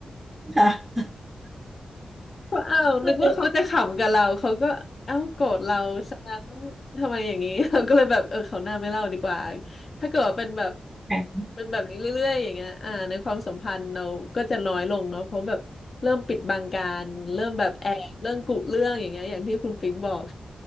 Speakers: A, on the right; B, on the left.
A: ค่ะ
B: ว่าอ้าวนึกว่าเขาจะขำกับเราเขาก็เอ้าโกรธเราซะงั้น
A: ก็เลย
B: ทำไมอย่างนี้ <laughs> เราก็เลยแบบเออคราวหน้าไม่เล่าดีกว่าถ้าเกิดว่าเป็นแบบ
A: ค่ะ
B: เป็นแบบนี้เรื่อยๆอย่างเงี้ยอ่าในความสัมพันธ์เราก็จะน้อยลงเนาะเพราะแบบเริ่มปิดบังการเริ่มแบบแอบเรื่องกุเรื่องอย่างเงี้ยอย่างที่คุณปิงบอก